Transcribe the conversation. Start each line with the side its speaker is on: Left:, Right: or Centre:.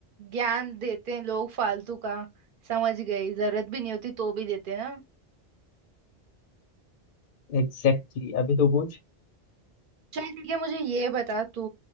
Right: ज्ञान देते हैं लोग फालतू का समझ गई जरूरत भी नहीं होती तो भी देते हैं ना
Left: Exactly exactly. अभी तो पूछ
Right: चल ठीक है मुझे ये बता तू